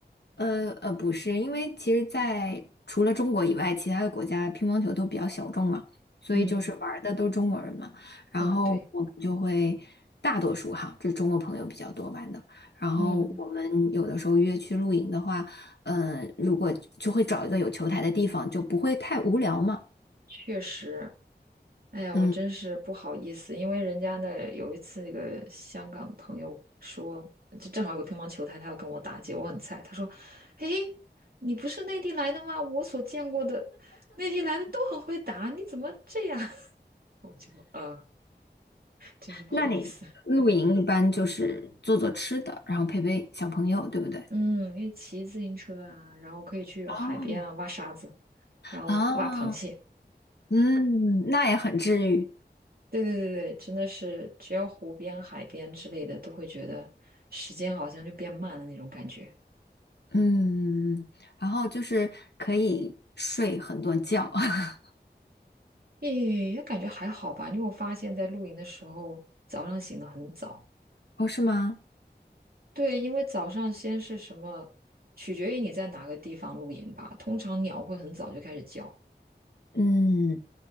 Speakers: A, on the left (about 70°); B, on the right (about 60°).
A: 呃呃，不是，因为其实在除了中国以外，其他的国家乒乓球都比较小众嘛，所以就是玩儿的都是中国人嘛。
B: 嗯，
A: 然后我们就会大多数哈，
B: 啊，对，
A: 这中国朋友比较多玩的。然后我们有的时候约去露营的话，
B: 嗯，
A: 嗯、如果就会找一个有球台的地方，就不会太无聊嘛。
B: 确实。哎呀，
A: 嗯，
B: 我真是不好意思，因为人家那有一次那个香港朋友说，就正好有个乒乓球台，他要跟我打结，果我很菜。他说：“嘿，你不是内地来的吗？我所见过的内地来的都很会打，你怎么这样？” <laughs> 我就呃，真是不好意思。
A: 那你露营一般就是做做吃的，然后陪陪小朋友，对不对？
B: 嗯，因为骑自行车啊，然后可以去海边啊挖沙子，
A: 哦，
B: 然后挖螃蟹。
A: 啊，嗯，那也很治愈。
B: 对对对对，真的是只要湖边、海边之类的，都会觉得时间好像就变慢了那种感觉。
A: 嗯，然后就是可以睡很多觉。<laughs>
B: 也感觉还好吧，因为我发现，在露营的时候，早上醒得很早。
A: 哦，是吗？
B: 对，因为早上先是什么，取决于你在哪个地方露营吧。通常鸟会很早就开始叫。
A: 嗯，